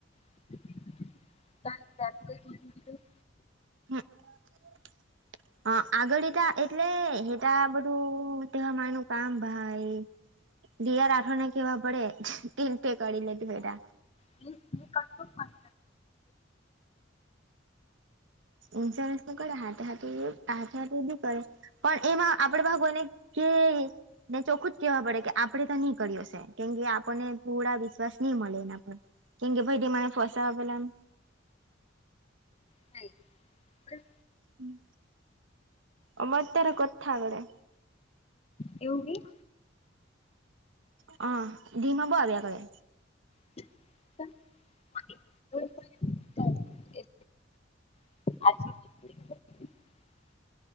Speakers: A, on the left (about 30°); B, on the right (about 70°).
A: ત ત કઈું <unintelligible>
B: <unintelligible> હ આગળ ઇટા એટલે, હેતા બધું તેવા માનું કામ ભાઈ દીયા રાઠોડ ને કેવા પડે, તેન ટે કણી લે તે બેટા.
A: પૂ પૂ કફમ <unintelligible>
B: ઇન્સ્યોરન્સ નું કરે હાથે હાથે એવું હાથે હાથે એ બી કરે. પણ એમાં આપડે ભાગ કોયને કે ને ચોખું જ કેહેવા પડે કે આપડે તા ની કર્યો હશે, કેમ કે આપણને પૂડા વિશ્વાસ ની મલે એના પર. કેમ કે ભઈ ટમા ફસાવા પલામ
A: થાઈ પણ
B: હમ્મ, અમાર તારા કથા લઢે.
A: એવું કી?
B: હમ અ ધીમા બો આવ્યા કરે.
A: <unintelligible> આસી <unintelligible>